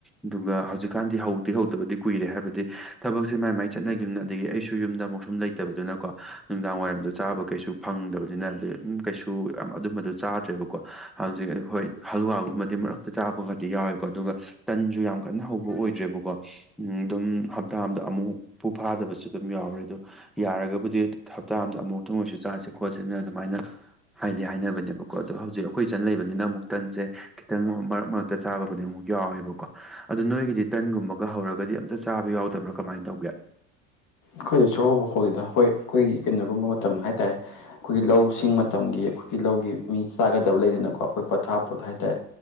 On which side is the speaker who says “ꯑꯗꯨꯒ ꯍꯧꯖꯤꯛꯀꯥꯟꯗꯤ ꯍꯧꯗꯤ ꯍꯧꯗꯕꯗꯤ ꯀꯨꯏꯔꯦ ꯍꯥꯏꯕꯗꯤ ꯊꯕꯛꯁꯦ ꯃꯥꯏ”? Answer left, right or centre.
Centre